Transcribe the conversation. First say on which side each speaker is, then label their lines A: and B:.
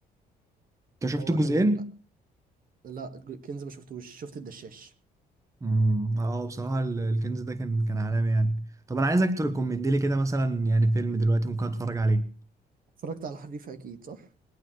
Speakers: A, on the right (about 55°); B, on the right (about 20°).
A: وهو
B: شفت جزئين
A: كان لا كنز ما شفتوش شفت الدشاش
B: امم اه بصراحه ال- الكنز ده كان كان عالمي يعني طب انا عايزك تريكومند لي كده مثلا يعني فيلم دلوقتي ممكن اتفرج عليه
A: اتفرجت على حريفه اكيد صح